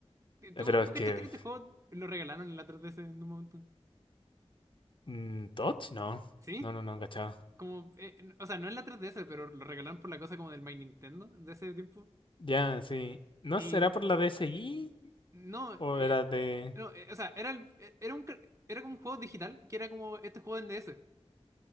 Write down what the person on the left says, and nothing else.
Eh,
Pero
es
que.
mm, ¿Touch? No.
No, no, no, cachaba.
Ya, sí. ¿No
será por la D S DSi?
¿O
era de.?